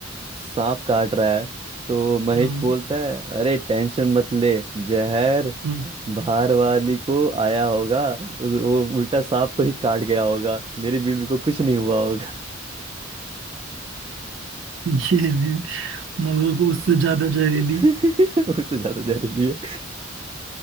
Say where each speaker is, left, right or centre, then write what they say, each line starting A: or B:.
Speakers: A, on the right; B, on the right.
A: सांप काट रहा है तो महेश
B: हम्म,
A: बोलता है अरे टेंशन मत ले जहर
B: हम्म।
A: बाहर वाली को आया होगा उस वो उल्टा सांप को ही काट गया होगा मेरी बीवी को कुछ नहीं हुआ होगा
B: ये भी मऊ को उससे ज्यादा जहरीली
A: <laughs> उससे ज्यादा जहरीली है